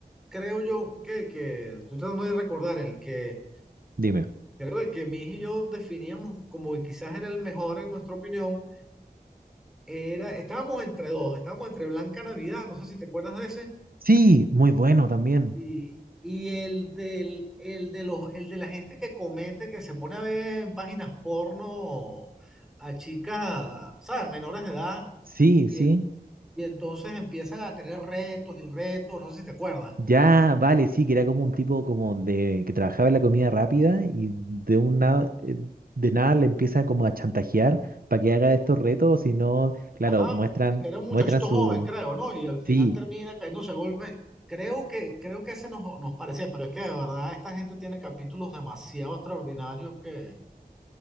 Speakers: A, in the centre; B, on the right.
A: creo yo que, que estoy tratando de recordar? El que
B: Dime.
A: Creo que que mi hija y yo definíamos como que quizás era el mejor en nuestra opinión. Era, estábamos entre dos, estábamos entre Blanca Navidad, no sé si te acuerdas de ese,
B: Sí, muy bueno también.
A: y, y el del, el de los, el de la gente que comete, que se pone a ver en páginas porno a chicas, ¿sabes? Menores de edad,
B: Sí,
A: y,
B: sí.
A: en- y entonces empiezan a tener retos y retos, no sé si te acuerdas.
B: Ya, vale, sí, que era como un tipo como de que trabajaba en la comida rápida y de un eh, de nada le empiezan como a chantajear para que haga estos retos, si no, claro,
A: Ajá,
B: muestran,
A: que era un muchachito
B: muestran su,
A: joven, creo, ¿no? Y al final
B: sí,
A: termina cayéndose a golpes. Creo que, creo que ese nos, nos parecía, pero es que de verdad esta gente tiene capítulos demasiado extraordinarios que,